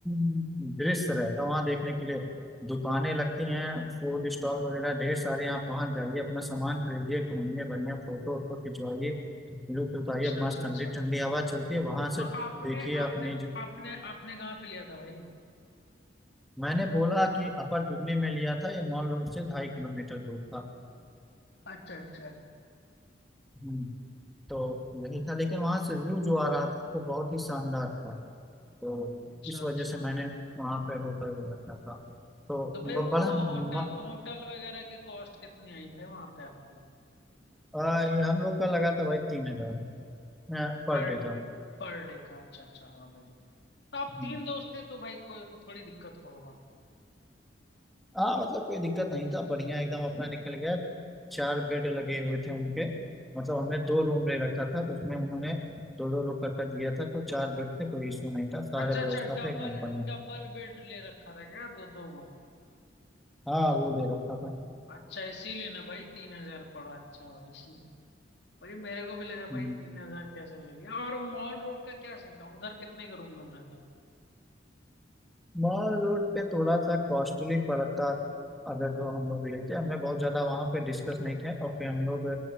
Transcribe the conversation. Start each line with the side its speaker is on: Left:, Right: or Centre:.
Centre: दृश्य रहता है वहाँ देखने के लिए दुकानें लगती हैं फूड स्टॉल वगैरह ढेर सारे आप वहाँ जाइए अपना सामान खरीदिए घूमिए बढ़िया फोटो वोटो खिंचवाइए लुत्फ उठाइए
Left: अच्छा अच्छा
Centre: मस्त ठंडी
Left: अच्छा
Centre: ठंडी हवा चलती है वहां से
Left: तो आपने
Centre: देखिए आपने
Left: आपने आपने आपने कहाँ पे लिया था भाई
Centre: मैंने बोला कि अपर दिल्ली में लिया था ये मॉल रोड से ढाई किलोमीटर दूर था
Left: अच्छा अच्छा
Centre: हम्म, तो यही था लेकिन वहाँ से व्यू जो आ रहा था वो बहुत ही शानदार था तो
Left: अच्छा
Centre: इस वजह
Left: अच्छा
Centre: से मैंने वहाँ पे होटल में रखा था तो
Left: तो भाई
Centre: ब-
Left: वो
Centre: बड़ा म-
Left: होटल होटल वगैरह की कॉस्ट कितनी आई भाई वहां पे आपकी
Centre: आ, ये हम लोग का लगा था भाई तीन हजार पर
Left: पर
Centre: डे का
Left: पर डे का अच्छा अच्छा हाँ भाई तो आप
Centre: हम्म।
Left: तीन दोस्त थे तो भाई कोई थोड़ी दिक्कत होगा
Centre: हाँ मतलब कोई दिक्कत नहीं था बढ़िया एकदम अपना निकल गया चार बेड लगे हुए थे उनके मतलब हमने दो रूम ले रखा था तो उसमें उन्होंने दो दो लोग करके दिया था तो चार बेड थे कोई इशू नहीं था सारे
Left: अच्छा
Centre: व्यवस्था
Left: अच्छा
Centre: था
Left: डबल
Centre: एकदम बढ़िया
Left: डबल बेड ले रखा था क्या दो दो को
Centre: हाँ वो ले रखा था
Left: अच्छा इसीलिए ना भाई तीन हजार पड़ा अच्छा भाई सी- भाई मेरे को भी लगा
Centre: हम्म,
Left: भाई तीन हजार कैसे ले लिया और मॉल रोड का क्या सीन था उधर कितने के रूम मिल रहे थे
Centre: मॉल रोड पे थोड़ा सा कॉस्टली पड़ता अगर जो हम लोग लेते हमें बहुत ज्यादा वहाँ पे डिस्कस नहीं किया और फिर हम लोग